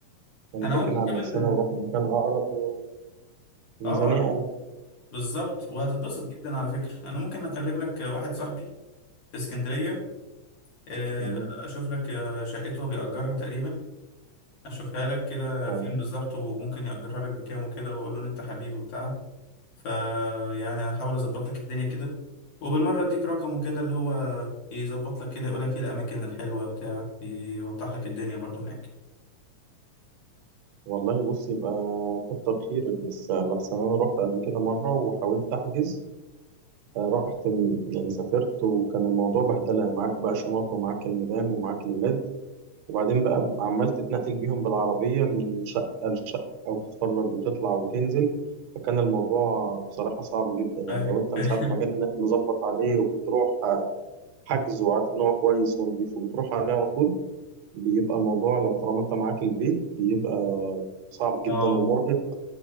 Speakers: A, on the right; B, on the left.
A: يعني
B: انا
A: فكينا
B: ممكن
A: عن
B: كمان
A: نفسنا ورحنا مكان أقرب و- وميزانية
B: اه
A: أقل
B: بالظبط وهتتبسط جدا على فكره انا ممكن اكلم لك واحد صاحبي في اسكندريه آه،
A: تمام
B: اشوف لك آه، شقته هو بيأجرها تقريبا اشوفها لك كده
A: ف-
B: فين بالظبط وممكن يأجرها لك بكام وكده واقول له ان انت حبيبي وبتاع فيعني هحاول اظبط لك الدنيا كده وبالمرة اديك رقمه كده اللي هو يظبط لك كده يقول لك ايه الاماكن الحلوة بتاع يوضح لك الدنيا برضو هناك
A: والله بص يبقى كتر خيرك بس لحسن أنا رحت قبل كده مرة وحاولت أحجز آه، رحت م- يعني سافرت وكان الموضوع بهدلة معاك بقى شنط ومعاك المدام ومعاك الولاد وبعدين بقى عمال تتنقل بيهم بالعربية من شقة لشقة أو تتفرج وتطلع وتنزل فكان الموضوع بصراحة صعب جدا يعني
B: فاهم
A: لو أنت مش
B: <laughs> فاهم
A: عارف مكان هناك مظبط عليه وبتروح آه، حجز وعارف ان هو كويس ونضيف وبتروح عليه على طول بيبقى الموضوع لو طالما انت معاك البيت بيبقى صعب جدا
B: اه
A: ومرهق